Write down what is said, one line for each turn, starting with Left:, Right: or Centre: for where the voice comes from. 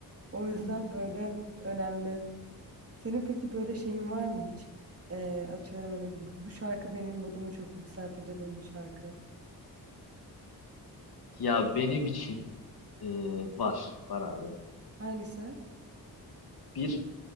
Right: O yüzden
Left: hı hı.
Right: böyle önemli. Senin peki böyle şeyin var mı hiç? Ee, atıyorum hani bu, bu şarkı benim modumu çok yükseltir dediğin bir şarkı.
Left: Ya benim için e, var. Var abi.
Right: Hangisi?
Left: Bir